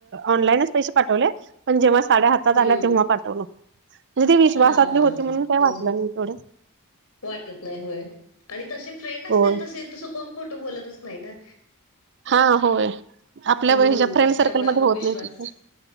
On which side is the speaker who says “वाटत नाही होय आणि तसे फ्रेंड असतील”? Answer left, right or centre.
Left